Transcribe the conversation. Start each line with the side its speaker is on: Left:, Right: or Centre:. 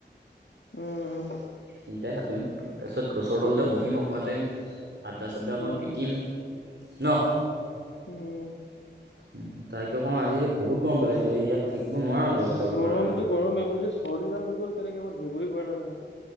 Left: উম, উম,
Right: তিনিটাই সাতৰিম তাৰপিছত গছৰ তলতে
Left: উম
Right: বহিম অকণমান টাইম। আদ্দা চাদ্দা অকণ
Left: উম উম
Right: পিটিম। ন?
Left: উম,
Right: উ, তাকে কওঁ আজি বহুত গৰম পেলাই সেই ইয়াত থাকিব নোৱাৰা তই ঘৰৰ
Left: গৰমটো
Right: ভিতৰত আমাৰ।
Left: গৰমে মোৰ যে চৰ্দিডাল হৈ গ'ল কেনেকে মই ধৰিবই পৰা নাই নহয়।